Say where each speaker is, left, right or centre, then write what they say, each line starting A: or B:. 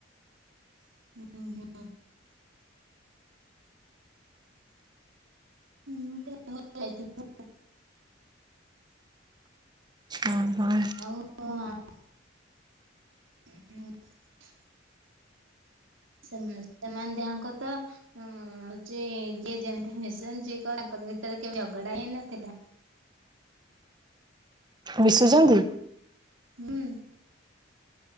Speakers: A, on the right; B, on the right.
A: ଉଁ ହୁଁ। <unintelligible>
B: ହଁ ହଁ।
A: ଆଉ <unintelligible> <inaudible> ସେମା ସେମାନେ ଦିହାଙ୍କ ତ ହୁଁ ଚେ ଯେ ଯେମିତି ମିଶନ ଯିଏ କ ତାଙ୍କ ଭିତରେ କେବେ ଝଗଡା ହେଇ ନଥିଲା।
B: ମିଶୁଚନ୍ତି?
A: ହୁଁ।